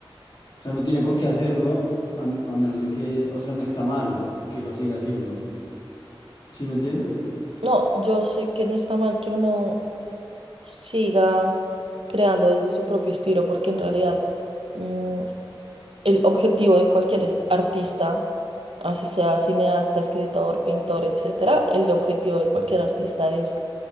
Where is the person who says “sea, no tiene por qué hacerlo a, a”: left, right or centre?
Left